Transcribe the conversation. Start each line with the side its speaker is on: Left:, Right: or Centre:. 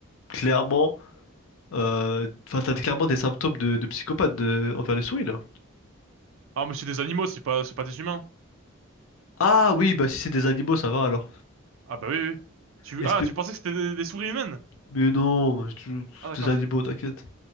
Left: clairement... euh, Enfin, t'as clairement des symptômes de, de psychopathe de- envers les souris là.
Right: ah mais c'est des animaux, c'est pas, c'est pas des humains.
Left: Ah oui, bah si c'est des animaux, ça va alors.
Right: Ah bah oui, oui. oui. Tu,
Left: Espé-
Right: ah tu pensais que c'était des, des souris humaines?
Left: Mais non, tu-
Right: Ah d'accord.
Left: des animaux, t'inquiète.